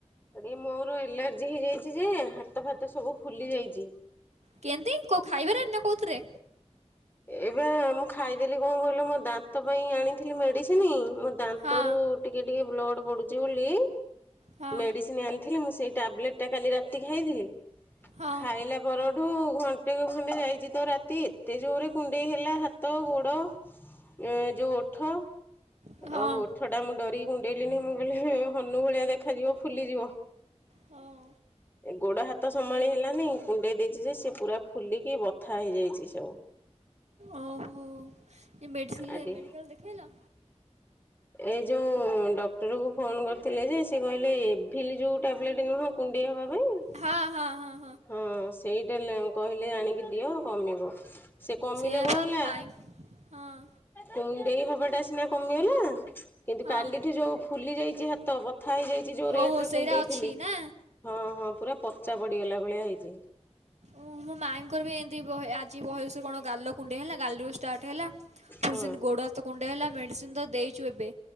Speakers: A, on the left; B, on the right.
A: ଏଇ ମୋର ଏଲାର୍ଜି ହେଇଯାଇଚି ଯେ ହାତ ଫାତ ସବୁ ଫୁଲି ଯାଇଚି।
B: କେନ୍ତି କୋଉ ଖାଇବାରେ ନା କୋଉଥିରେ?
A: ଏଇ ବା ମୁଁ ଖାଇଦେଲି କଣ କହିଲ ମୋ ଦାନ୍ତ ପାଇଁ ଆଣିଥିଲି ମେଡିସିନ ମୋ ଦାନ୍ତରୁ
B: ହଁ
A: ଟିକେ ଟିକେ ବ୍ଲଡ ପଡୁଚି ବୋଲି
B: ହଁ
A: ମେଡିସିନ ଆଣିଥିଲି ମୁଁ ସେଇ ଟ୍ୟାବଲେଟା କାଲି ରାତି ଖାଇଥିଲି
B: ହଁ
A: ଖାଇଲା ପର ଠୁ ଘଣ୍ଟେ ଖଣ୍ଡେ ଯାଇଚି ତ ରାତି ଏତେ ଜୋରେ କୁଣ୍ଡେଇ ହେଲା ହାତ ଗୋଡ ଏ ଯୋଉ ଓଠ।
B: ହଁ
A: ଆଉ ଓଠ ଟା ମୁଁ ଡରିକି କୁଣ୍ଡେଇଲିଣନି ମୁଁ କହିଲି ହନୁ ଭଳିଆ ଦେଖାଯିବ ଫୁଲିଯିବ।
B: ହଁ
A: ଏ ଗୋଡ ହାତ ସମ୍ଭାଳି ହେଲା ନାଇଁ କୁଣ୍ଡେଇ ଦେଇଚି ଯେ ସ ପୁରା ଫୁଲିକି ବଥା ହେଇଯାଇଚି ସବୁ।
B: ଓହୋ ଏ ମେଡିସିନ
A: ଆଦି
B: ମେଡିକାଲରେ ଦେଖେଇଲ?
A: ଏ ଯୋଉ ଡକ୍ଟର କୁ ଫୋନ କରିଥିଲେ ଯେ ସେ କହିଲେ ଏଭିଲି ଯୋଉ ଟ୍ୟାବଲେଟ ନୁହଁ କୁଣ୍ଡେଇ ହେବା ପାଇଁ
B: ହଁ ହଁ ହଁ।
A: ହଁ ସେଇଟା କହିଲେ ଆଣିକି ଦିଅ କମିବ। ସେ କମିଲେ
B: ସେଇଆ
A: କଣ
B: ବା
A: ହେଲା
B: ମୋ ମାଇଁ ହଁ।
A: କୁଣ୍ଡେଇ ହବାଟା ସିନା କମିଗଲା କିନ୍ତୁ
B: ହଁ
A: କାଲିଠୁ ଯୋଉ ଫୁଲି ଯାଇଚି ହାତ ବ ଥା ହେଇଯାଇଚି ଯୋଉ ରେଟ
B: ଓହୋ
A: ରେ
B: ସେଇଟା
A: କୁଣ୍ଡେଇଥିଲି
B: ଅଛି ନା
A: ହଁ ହଁ ପୁରା ପଚା ପଡିଗଲା। ଭଳିଆ ହେଇଚି।
B: ଓ ମୋ ମାଇଙ୍କର ବି ଏମିତି ଆ ଚି ବହେ ସେ କଣ ଗାଲ କୁଣ୍ଡେଇ ହେଲା ଗାଲରୁ ଷ୍ଟାର୍ଟ ହେଲା ପୁଣି
A: ହଁ
B: ସେମିତି ଗୋଡ଼ ହାତ କୁଣ୍ଡେଇ ହେଲା ମେଡ଼ିସିନ ତ ଦେଇଚୁ ଏବେ।